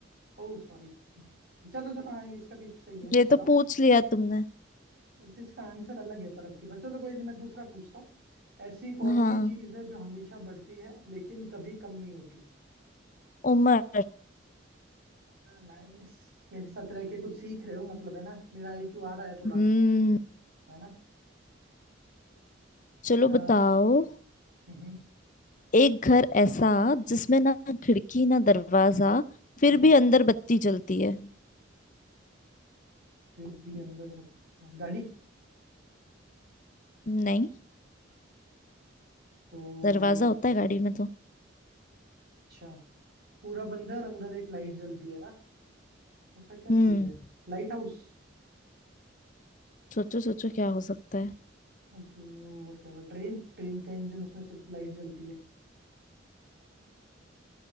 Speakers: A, on the right (about 55°); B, on the left (about 40°).
A: Oh sorry चलो चलो हाँ ये इसका भी सही है
B: ये
A: बताओ
B: तो पूछ लिया तुमने
A: इस इसका आंसर अलग है पर अब की बार चलो कोई नहीं मैं दूसरा पूछता हूँ ऐसी कौन
B: हाँ
A: सी चीज है जो हमेशा बढ़ती है लेकिन कभी कम नहीं होती
B: उमर
A: नाइस मेरे साथ रह के कुछ सीख रहे हो मतलब है ना मेरा आईक्यू आ रहा है थोड़ा
B: हम्म
A: है ना
B: चलो
A: आ,
B: बताओ
A: हम्म,
B: एक घर ऐसा जिसमें ना खिड़की ना दरवाजा फिर
A: हम्म,
B: भी अंदर बत्ती जलती है
A: फिर भी अंदर बच- गाड़ी
B: नहीं
A: तो
B: दरवाजा होता है गाड़ी में तो
A: अच्छा पूरा बंद है और अंदर एक लाइट जलती है ना ऐसा क्या
B: हम्म
A: चीज है Light house
B: सोचो सोचो क्या हो सकता है
A: तो और क्या होगा? ट्रेन ट्रेन का इंजन उसमें सिर्फ लाइट जलती है